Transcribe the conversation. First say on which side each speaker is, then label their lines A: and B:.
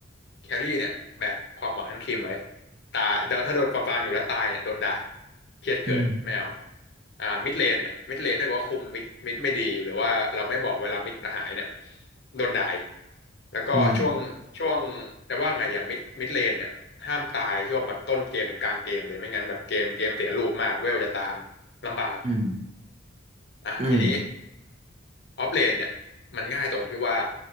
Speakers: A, on the left (about 60°); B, on the right (about 35°).
A: แครี่เนี่ยแบกความหวังทั้งทีมไว้ ตายถ้าโดนปรามปรามอยู่แล้วตายเนี่ยโดนด่า เครียดเกิน
B: อืม
A: ไม่เอาอ่ามิดเลนเนี่ยมิดเลนถ้าเกิดว่าคุมมิดมิดไม่ดี หรือว่าเราไม่บอกเวลามิดหายเนี่ยโดนด่าอีกแล้วก็ช่วงช่วงแต่ว่าไงเดี๋ยวมิดมิดเลนเนี่ยห้ามตายช่วงแบบต้นเกมถึงกลางเกมเลยไม่งั้นแบบเกมเกมเสียรูปมาก
B: อืม
A: เวลจะตามลำบาก
B: อืม
A: อ่ะทีนี้
B: อืม
A: ออฟเลนเนี่ยมันง่ายตรงที่ว่า